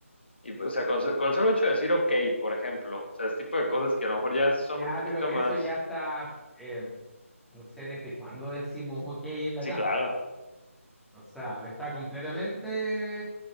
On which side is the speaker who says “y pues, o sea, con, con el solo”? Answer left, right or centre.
Left